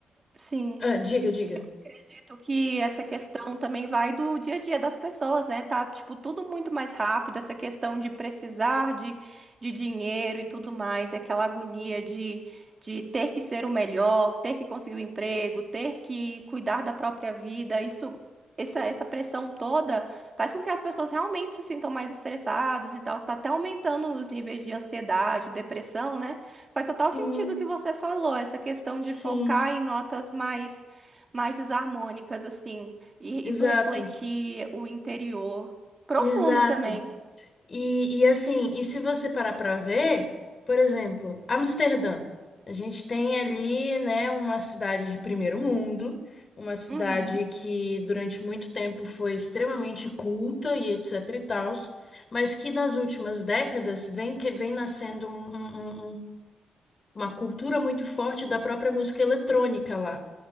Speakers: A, on the right; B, on the left.
A: sim
B: ah, diga, diga.
A: acredito que essa questão também vai do dia a dia das pessoas, né? Tá, tipo, tudo muito mais rápido, essa questão de precisar de, de dinheiro e tudo mais, é aquela agonia de, de ter que ser o melhor, ter que conseguir o emprego, ter que cuidar da própria vida, isso. Essa, essa pressão toda faz com que as pessoas realmente se sintam mais estressadas e tal. Está até aumentando os níveis de ansiedade, depressão, né? Faz total
B: Sim,
A: sentido o que você falou, essa questão
B: sim,
A: de focar em notas mais mais desarmônicas, assim, e
B: exato,
A: isso refletir o interior profundo
B: exato.
A: também.
B: E, e assim, e se você parar para ver, por exemplo, Amsterdã. A gente tem ali, né, uma cidade de primeiro mundo, uma cidade
A: Uhum,
B: que durante muito tempo foi extremamente culta e etc e tals, mas que nas últimas décadas vem que vem nascendo um- um- um- um, uma cultura muito forte da própria música eletrônica lá.